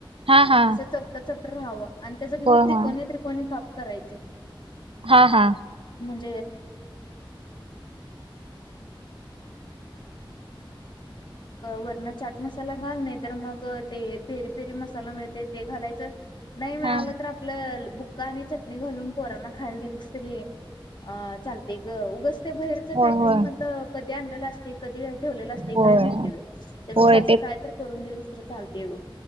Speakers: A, on the right; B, on the left.
A: हा हा
B: असं चपटा चपट राहावं आणि त्याच्या की
A: होय
B: त्रिकोने
A: होय
B: त्रिकोने काप करायचे
A: हा हा
B: <inaudible> व वरण चाट मसाला घालणे तर मग ते फेरी फेरी मसाला मिळते ते घालायचं नाही मिळालं
A: हा
B: तर बुक्का आणि चटणी घालून पोरांना खायला दिली तरी चालते उ बारच
A: होय
B: पॅक
A: होय
B: म कधी आण अस कधी ठेव अस
A: होय
B: काय माहिती त्यापा
A: होय ते
B: काय तर करून दिलीस तर चालते येव.